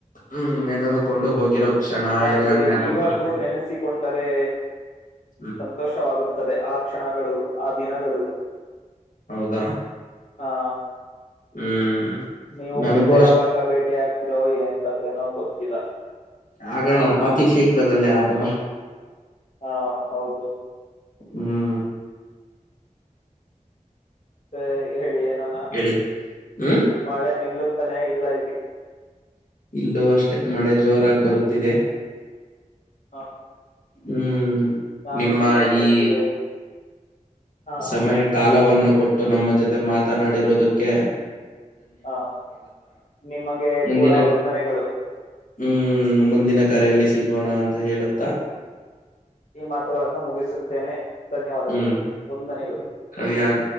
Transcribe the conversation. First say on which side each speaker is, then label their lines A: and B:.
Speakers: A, on the left; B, on the left.
A: ಹ್ಮ್ ನೆನದದುಕೊಂಡು ಹೋಗಿರೋ ಕ್ಷಣ
B: ನನಗೆ
A: ಎಲ್ಲ ಜ್ಞಾಪಕ
B: ಇವಾಗೂ
A: ಬರುತ್ತಿತ್ತು
B: ನೆನೆಸಿಕೊಂಡರೆ
A: ಹ್ಮ್
B: ಸಂತೋಷವಾಗುತ್ತದೆ ಆ ಕ್ಷಣಗಳು, ಆ ದಿನಗಳು,
A: ಹೌದಾ
B: ಹಾ
A: ಹ್ಮ್
B: ನೀವು
A: ನನಗೂ
B: ಮತ್ತೆ
A: ಅಷ್ಟ
B: ಯಾವಾಗ ಭೇಟಿ ಆಗ್ತಿರೋ ಏನ್ ಕತೆನೋ ಗೊತ್ತಿಲ್ಲಾ
A: ಆಗೋಣ ಅತಿ ಶೀಘ್ರದಲ್ಲೇ ಆಗೋಣ
B: ಹಾ ಹೌದು
A: ಹ್ಮ್
B: ಮತ್ತೆ ಹೇಳಿ ಏನಾನ
A: ಹೇಳಿ ಹ್ಮ್
B: ಮಳೆ ನಿಲ್ಲು ತಾನೇ ಇಲ್ಲ ಇಲ್ಲಿ
A: ಇಲ್ಲೂ ಅಷ್ಟೆ ಮಳೆ ಜೋರಾಗಿ ಬರುತ್ತಿದೆ.
B: ಹಾ
A: ಹ್ಮ್
B: ನಾನು
A: ನಿಮ್ಮ
B: ಹೀಗ ನಿಲ್ಲುತ್ತದೆ
A: ಈ
B: ಹಾ
A: ಸಮಯ ಕಾಲವನ್ನು ಕೊಟ್ಟು ನಮ್ಮ ಜೊತೆ ಮಾತನಾಡಿರೊ ಅದಕ್ಕೆೆ
B: ಹಾ ನಿಮಗೆ
A: ಮುಂದಿನ
B: ಕೂಡ ವಂದನೆಗಳು
A: ಹ್ಮ್ ಮುಂದಿನ ಕರೆಯಲ್ಲಿ ಸಿಗೋಣ ಅಂತ ಹೇಳುತ್ತ
B: ಈ ಮಾತುಗಳನ್ನು ಮುಗಿಸುತ್ತೇನೆ ಧನ್ಯವಾದಗಳು
A: ಹ್ಮ್
B: ಒಂದನೆಗಳು
A: ಕವಿಯಾಗು.